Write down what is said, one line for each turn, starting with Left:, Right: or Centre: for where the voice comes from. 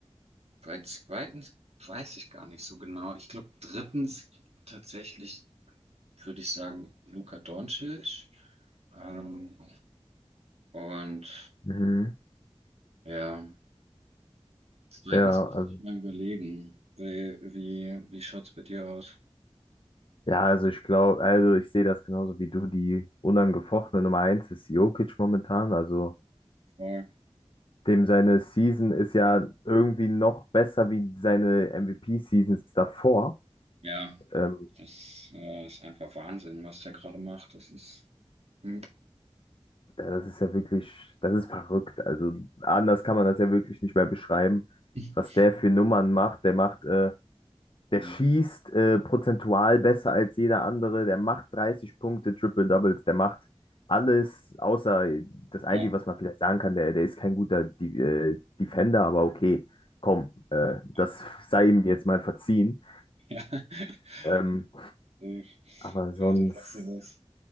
Right: bei zweitens weiß ich gar nicht so genau. Ich glaube, drittens tatsächlich würde ich sagen Luka Doncic. Ähm, und
Left: Mhm.
Right: ja. Zweitens
Left: Ja,
Right: müsste
Left: also
Right: ich mal überlegen, wie, wie, wie schaut's bei dir aus?
Left: Ja, also ich glaube, also ich sehe das genauso wie du. Die unangefochtene Nummer eins ist Jokic momentan. Also
Right: Voll.
Left: dem seine Season ist ja irgendwie noch besser wie seine MVP-Seasons davor.
Right: Ja,
Left: Ähm,
Right: das äh, ist einfach Wahnsinn, was der gerade macht. Das ist. Hm.
Left: ja, das ist ja wirklich, das ist verrückt. Also anders kann man das ja wirklich nicht mehr beschreiben,
Right: <laughs>
Left: was der für Nummern macht. Der macht äh, Der
Right: Hm.
Left: schießt äh, prozentual besser als jeder andere. Der macht 30 Punkte, Triple Doubles. Der macht alles, außer das
Right: Ja.
Left: Einzige, was man vielleicht sagen kann, der, der ist kein guter De äh, Defender, aber okay, komm, äh, das
Right: Ja.
Left: sei ihm jetzt mal verziehen.
Right: <laughs>
Left: Ähm,
Right: Nee.
Left: aber
Right: Ja,
Left: sonst,
Right: da sagst du was.